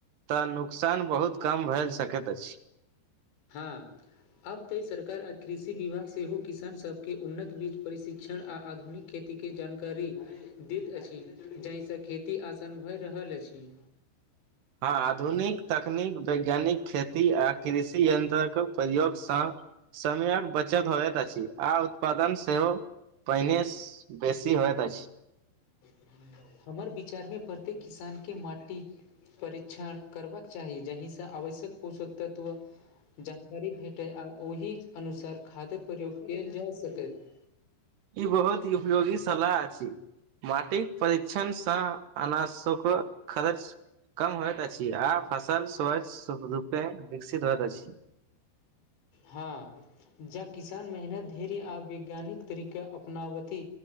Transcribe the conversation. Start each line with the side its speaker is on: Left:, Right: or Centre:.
Right: तऽ नुकसान बहुत कम भेल सकैत अछि।
Left: हँ आब तऽ सरकार आ कृषि विभाग सेहो किसान सभ केँ उन्नत बीज प्रशिक्षण आ आधुनिक खेती केँ जानकारी दैत अछि जाहिसँ खेती आसान भए रहल अछि।
Right: हाँ आधुनिक तकनीक वैज्ञानिक खेती आ कृषि यन्त्रक प्रयोगसँ समयक बचत होयत अछि आ उत्पादन सेहो पहिने बेसी होइत अछि।
Left: <inaudible> हमर विचार में प्रत्येक किसान केँ माटि परीक्षण करबाक चाही जहिसँ आवश्यक पोषक तत्व जानकारी भेट टै आ ओहि अनुसार खादक प्रयोग केल जा सकैत
Right: ई बहुत ही उपयोगी सलाह अछि। माटिक परीक्षणसँ अनाजशोक खर्च कम होइत अछि आ फसल स्वच्छ रूपे विकसित होइत अछि।
Left: हाँ ज किसान मेहनत धेरी आ वैज्ञानिक तरीका अपनावथि